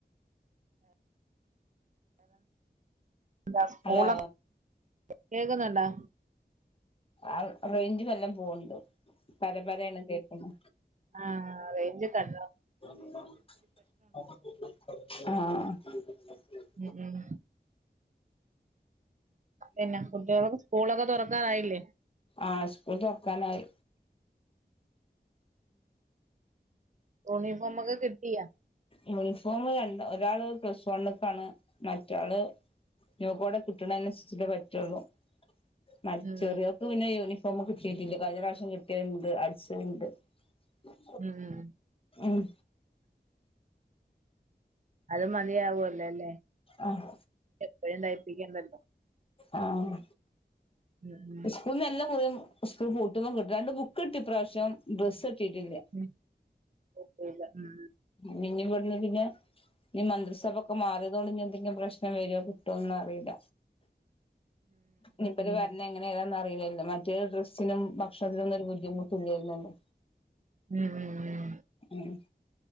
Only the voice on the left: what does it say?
ഹലോ
ആഹ്‌ റൈഞ്ച് നല്ലം പോവ്ണ്ട്. പര പരേണ് കേക്ക്‌ണത്
ആഹ <inaudible>
ആഹ്‌ സ്കൂൾ തൊർക്കാനായി
യൂണിഫോമ് രണ്ട് ഒരാള് പ്ലസ് വണ്ണ്ക്കാണ് മറ്റാള് നൂക്കൂടെ കിട്ടണ അനുസരിച്ചിട്ടേ പറ്റുള്ളൂ മറ്റെറിയ
ക്ക്‌ പിന്നെ യൂണിഫോമ് കിട്ടിട്ടില്ല. കഴിഞ്ഞ പ്രാവശ്യം കിട്ടിയത്ണ്ട് അടിച്ചത് ണ്ട്
ആഹ്
ആഹ്
ആഹ്
സ്കൂളിന്ന് എല്ലാ കൊല്ലവും സ്കൂൾ പൂട്ടുമ്പോൾ കിട്ടലുണ്ട് രണ്ടു ബുക്ക് കിട്ടി ഇപ്രാവശ്യം ഡ്രസ്സ് കിട്ടിയിട്ടില്ല
നിഞ്ഞ ഇവിടന്ന് പിന്നെ ഞ്ഞി മന്ത്രിസഭക്കെ മാറ്യേതോണ്ട് ഞ്ഞി എന്തെങ്കിലും പ്രശ്നം വെരോ കിട്ടുവോന്നറീല. മൂപ്പരെ ഭരണെ ങ്ങനെ ഏതാന്നറീല്ലല്ലോ മറ്റേത് ഡ്രസ്സിനും ഭക്ഷണത്തിനൊന്നും ഒര് ബുദ്ധിമുട്ടുല്ലൈരുന്നല്ലോ
ഉം